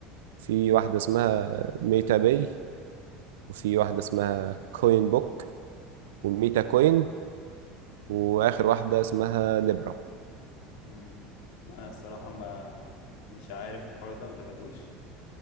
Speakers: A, on the right; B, on the left.
A: في واحده اسمها ميتا باي وفي واحده اسمها كوين بوك وميتا كوين واخر واحده اسمها ليبرا
B: مم. انا الصراحه ما مش عارف الحوار ده ما تابعتوش